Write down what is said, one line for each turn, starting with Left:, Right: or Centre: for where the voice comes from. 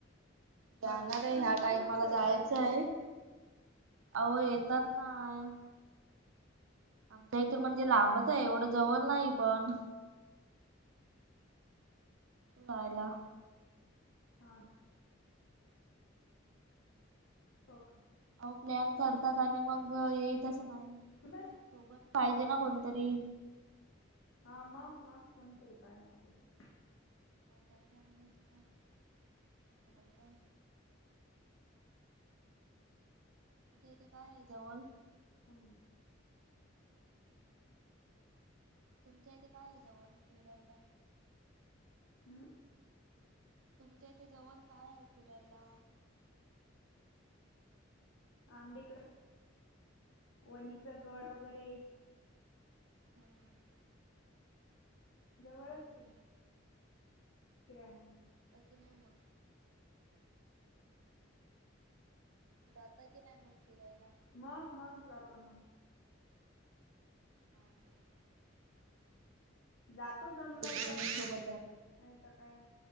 Right: जाणार
Left: बापरे दुरून
Right: आहे ह्या
Left: दुरून
Right: टाइमाला
Left: लोक
Right: जायचं
Left: येतात फिरायला
Right: आहे. अहो येतात नाय आमच्या इथून म्हणजे लांबच आहे एवढं जवळ नाही पण जायला.
Left: हा हो का
Right: अ प्लॅन करतात आणि मग येई तसं नाही सोबत
Left: सुंदर आहे.
Right: पाहिजे
Left: हो
Right: ना
Left: का
Right: कोणतरी
Left: हा मग मग कोणतरी पाय नाय.
Right: त्याच्यामुळे झालं इथे काय आहे जवळ?
Left: हो <unintelligible>
Right: तुमच्या इथे काय आहे जवळ फिरायला?
Left: हम्म
Right: तुमच्या इथे जवळ काय आहे फिरायला?
Left: आमच्या इकडं वनी चा गड वगैरे
Right: हम्म
Left: जवळच
Right: हम्म.
Left: आहे फिराया मग
Right: ते नाही मग. जाता की नाही मग फिरायला?
Left: मग मग जातो ना.
Right: हा तेच. <unintelligible>
Left: जातो जमलं
Right: मैत्रिणींसोबत
Left: तर
Right: जात
Left: नाही तर काय